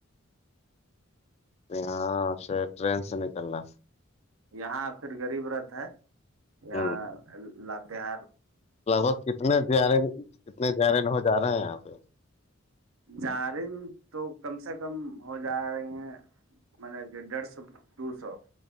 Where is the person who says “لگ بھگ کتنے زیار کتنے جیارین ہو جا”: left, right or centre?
Left